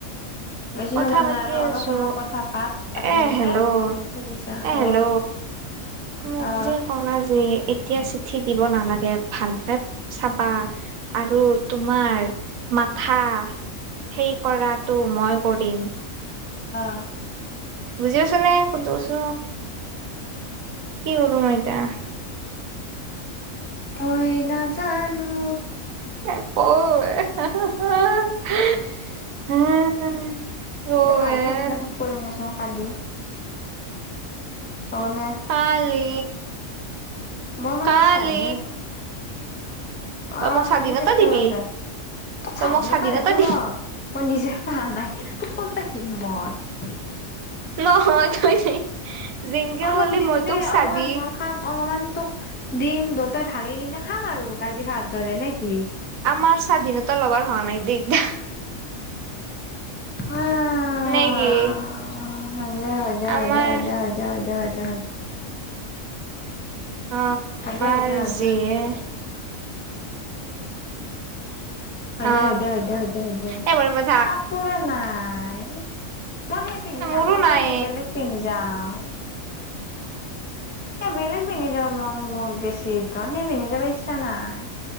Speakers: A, on the left (about 15°); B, on the right (about 80°).
A: বেছি
B: কথা
A: সময়
B: পাতি
A: নাই আৰু অলপ
B: আছো
A: সময় কথা পাত পাতি
B: এ
A: কিনে
B: হেল্ল'
A: <unintelligible>
B: এ হেল্ল'
A: <inaudible>
B: মোক
A: অ
B: যে সহায় যে এতিয়া চিঠি দিব নালাগে ভালকে চাবা আৰু তোমাৰ মাথা সেই কৰাটো মই কৰিম
A: আহ
B: বুজি পাইচানে কোনটো কৈছো
A: পাইছোঁ
B: কি কৰো মই এতিয়া।
A: মই নাজানো।
B: <unintelligible>
A: দে ভালকে
B: এতিয়া
A: যোগাযোগ
B: ক
A: কৰিম দেচোন কালি হ'বনে
B: কালি,
A: মই মানে
B: কালি
A: স্বাধীন
B: তই
A: অ
B: মোক স্বাধীনতা
A: কালি চাৰিটা
B: দিবি
A: বজাত তোক
B: তই
A: স্বাধীনতা
B: মোক
A: নিদো
B: দি
A: ন মই নিজে পাহা নাই ক'ত পঢ়িম মই
B: নহয় তই জিংকে
A: অলপ
B: বুলি
A: দিম
B: মই
A: দেই
B: তোক স্বাধী
A: অলপমান মই খাম অলপমান তোক দিম দুতাই ভাগি কিনে খাম আৰু কাজি খাৰ দৰে নেকি
B: আমাৰ স্বাধীনতা লবৰ হোৱা নাই দেই এতিয়া
A: হয়
B: নে কি
A: দে হয়
B: আমাৰ
A: দে হয় দে হয় দে হয়‌ দে হয় দে
B: অ
A: হয়
B: আমাৰ যিহে
A: দে হয় দে হয়
B: অ
A: দে হয় দে হয় দে
B: এই বৰিব থাক
A: কাপোৰে নাই মই সেই পিন্ধি
B: মোৰো
A: নাযাও
B: নাই
A: চাগে বেলেগ পিন্ধি যাওঁ এ বেলেগ পিন্ধ যা মন মোৰ গে চীৰ্তন সেই পিন্ধি যাব ইচ্ছা নাই